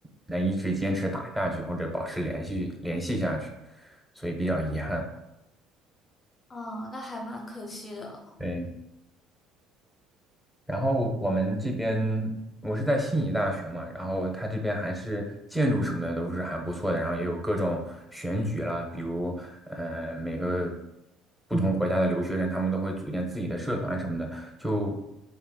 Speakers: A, in the centre; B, on the left.
A: 能一直坚持打下去或者保持联系联系下去，所以比较遗憾。
B: 嗯，那还蛮可惜的。
A: 对。然后我们这边我是在悉尼大学嘛，然后它这边还是建筑什么的都是还不错的，然后也有各种选举啦，比如呃每个不同国家的留学生，他们都会组建自己的社团什么的。就